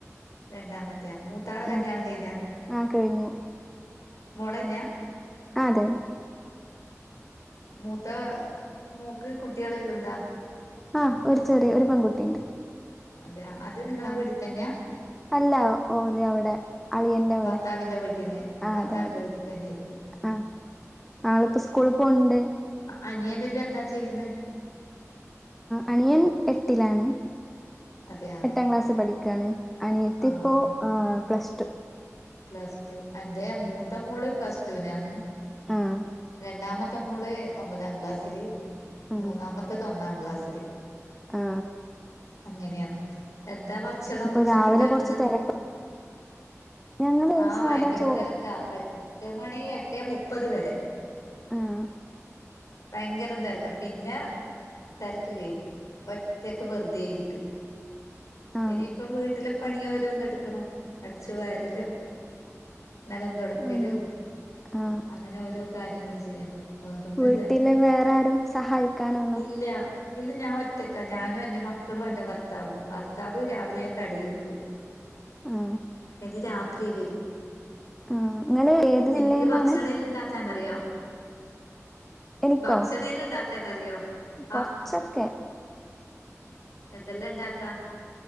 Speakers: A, on the left (about 75°); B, in the centre.
A: രണ്ടാമത്തെയ മൂത്താള കല്യാണ്
B: ആഹ്
A: കഴിഞ്ഞ,
B: ആഹ് കഴിഞ്ഞു
A: മോൾ തന്നെയാ?
B: ആ അതെ അതെ.
A: മൂത്ത മൂക്ക് കുട്ടികളെല്ലാംണ്ടാ.
B: ആ ഒരു ചെറിയ ഒരു പെൺകുട്ടിയുണ്ട്.
A: അതെയ അത് നിങ്ങളെ
B: ആഹ്
A: വീട്ടിൽ തന്നെയാ.?
B: അല്ല ഓലി അവിടെ അളിയന്റെ അവിടെ,
A: ഭർത്താവിന്റെ വീട്ടിന്
B: ആ
A: ഭർത്താവിന്റെ
B: അതെ അവിടെ.
A: വീട്ടിൽ തന്നെ ആയിരിക്കും
B: ആ് ആളി ഇപ്പോ സ്കൂളി പോണ്ട്.
A: അനിയനെല്ലേ എന്താ ചെയ്യന്ന്.
B: അനിയൻ എട്ടിലാണ്.
A: അതെയാ
B: എട്ടാം ക്ലാസ് പഠിക്കയാണ്, അനിയത്തിപ്പോ
A: ആഹ്
B: പ്ലസ് ടു.
A: പ്ലസ് ടു എന്റെ മൂത്ത മോള് പ്ലസ് ടുവിനാണ്.
B: ആഹ്
A: രണ്ടാമത്തെ മോള് ഒമ്പതാം ക്ലാസ്സില്,
B: ആ
A: മൂന്നാമത്തെ ഒന്നാം ക്ലാസ്സില്.
B: ആ
A: അങ്ങനെയാണ് എന്താ ഭക്ഷണം
B: അപ്പൊ
A: ഉച്ചക്ക്
B: രാവിലെ
A: ഉണ്ടാക്കുന്നത്!
B: കൊറച്ച് തിരക്ക് ഞങ്ങള്
A: ആ
B: സാധാ
A: ഭയങ്കര
B: ചോറ്
A: തിര എട്ട് മണി എട്ടേ മുപ്പത് വരെ.
B: ആഹ
A: ഭയങ്കരം തിരക്ക പിന്നെ തിരക്ക് കഴിഞ്ഞ് ഒറ്റക്ക് വെറുതൊയിരിക്കും.
B: ആ
A: ഇനിയിപ്പം വീട്ടിലെ പണി ഓരോന്നും എടുക്കണോ അടിച്ചു വരലും നിലം തുടക്കലും,
B: ഉം ആ
A: അങ്ങനെ ഓരോ കാര്യങ്ങള് ചെയ്യണം. വേറൊന്നുല്ല
B: വീട്ടില് വേറെ ആരും സഹായിക്കാനൊന്നുല്ലേ?
A: ഇല്ല. ഇല്ല ഞാൻ ഒറ്റക്ക ഞാനും എന്റെ മക്കളും എന്റെ ഭർത്താവും, ഭർത്താവ് രാവിലെ കടയിൽ പോയി.
B: ആ
A: ഇനി രാത്രി വരൂ.
B: ആ നിങ്ങള് ഏത്
A: നിനിക്ക്
B: ജില്ലയിന്നാണ്
A: ഭക്ഷണ ല്ല ഉണ്ടാക്കാൻ അറിയോ?
B: എനിക്കോ
A: ഭക്ഷണം എല്ലാം ഉണ്ടാക്കാൻ അറിയാം
B: കൊറച്ചൊക്കെ
A: ആഹ. എന്തെല്ലാം ഇണ്ടാക്കാ?